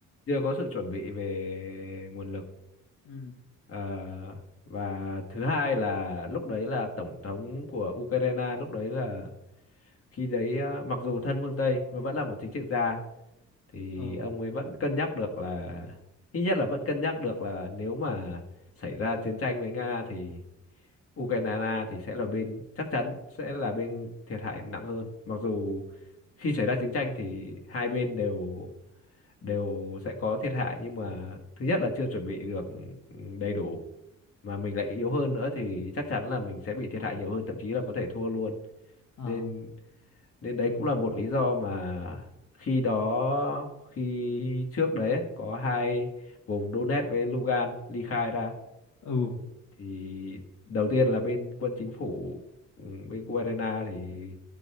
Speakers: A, on the left; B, on the left.
A: chưa có sự chuẩn bị về nguồn lực
B: ừ
A: Ờ, và thứ hai là lúc đấy là tổng thống của Ukraine lúc đấy là khi đấy ờ, mặc dù thân phương Tây nhưng mà vẫn là một chính trị gia thì
B: Ờ.
A: ông ấy vẫn cân nhắc được là ít nhất là vẫn cân nhắc được là nếu mà xảy ra chiến tranh với Nga thì Ukraine thì sẽ là bên chắc chắn sẽ là bên thiệt hại nặng hơn. Mặc dù khi xảy ra chiến tranh thì hai bên đều đều sẽ có thiệt hại nhưng mà thứ nhất là chưa chuẩn bị được ừ, đầy đủ mà mình lại yếu hơn nữa thì chắc chắn là mình sẽ bị thiệt hại nhiều hơn thậm chí là có thể thua luôn
B: Ờ.
A: nên nên đấy cũng là một lý do mà khi đó khi trước đấy ấy, có hai vùng Donetsk với Lugan ly khai ra
B: Ừ.
A: thì đầu tiên là bên quân chính phủ ừ, bên Ukraine thì